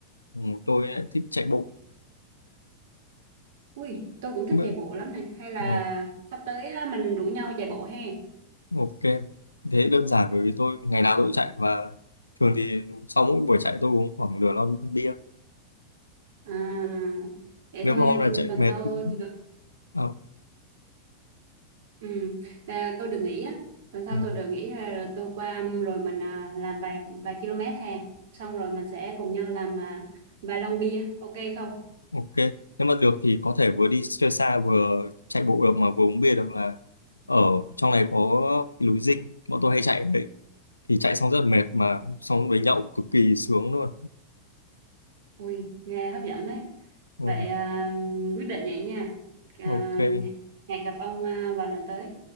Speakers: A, on the left (about 85°); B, on the right (about 55°).
A: ừ, tôi lại thích chạy bộ
B: Ui, tôi cũng thích
A: không biết
B: chạy bộ lắm này. Hay là
A: ừ,
B: sắp tới á, mình rủ nhau chạy bộ he?
A: ok thế đơn giản bởi vì tôi ngày nào tôi cũng chạy và thường thì sau mỗi buổi chạy tôi uống khoảng nửa lon bia
B: À, vậy
A: nếu
B: thôi
A: mà hôm
B: ừ,
A: nào chạy
B: tuần
A: mệt
B: sau
A: cũng
B: tôi
A: à,
B: Ừ, à, tôi được nghỉ á, tuần sau
A: ừ,
B: tôi được nghỉ à, tôi qua um, rồi mình à, làm vài vài km hè, xong rồi mình sẽ cùng nhau làm à, vài lon bia, ok không?
A: ok nếu mà được thì có thể vừa đi chơi xa vừa chạy bộ được mà vừa uống bia được là ở trong này có cái núi Dinh bọn tôi hay chạy ở đấy thì chạy xong rất là mệt mà xong đấy nhậu cực kỳ sướng luôn
B: Ui, nghe hấp dẫn đấy.
A: Ừ.
B: Vậy à, um, quyết định vậy nha. À,
A: ok
B: hẹn gặp ông à, vào lần tới.